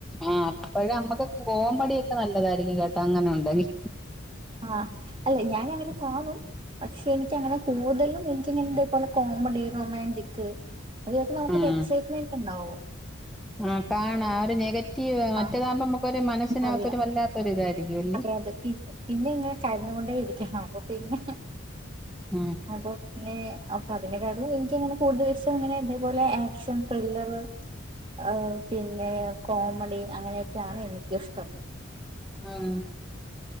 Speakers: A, in the centre; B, on the right (about 25°).
A: ആഹ് അപ്പഴ നമ്മുക്ക് കോമഡിയൊക്കെ നല്ലതായിരിക്കും കേട്ടാ അങ്ങനെ ഉണ്ടെങ്കി
B: ആഹ് അല്ല ഞാനങ്ങനെ കാണും പക്ഷെ എനിക്കങ്ങനെ കൂടുതലും എനിക്കിങ്ങനെേപോലെ കോമഡി റൊമാൻറിക് പം നമുക്കൊരു
A: ഉം
B: എസൈറ്റ്മെന്റ് ഉണ്ടാവും
A: ആഹ് കാണാ ഒരു നെഗറ്റീവ് മറ്റേതാകുമ്പോ
B: ആ
A: മക്കൊരു മനസ്സിനകത്തൊരു
B: ഉണ്ടാവില്ല
A: വല്ലാ ത്തൊരിതായിരിക്കു അ
B: അതെ അതെ പിൻ പിന്നെ ഇങ്ങനെ കരഞ്ഞോണ്ടേ ഇരിക്കു അപ്പൊ പിന്നെ
A: ആഹ്
B: അത പിന്നെ അപ്പൊ അതിന്റെ കാര്യ എനിക്കങ്ങനെ കൂടുതൽഷം അങ്ങനെ ഇതേപോലെ ഏഹ് ക്ഷം ത്രില്ലർ ഏഹ് പിന്നെ കോമഡി അങ്ങനെ ക്കെയാണ് എനിക്കിഷ്ടം
A: ആഹ്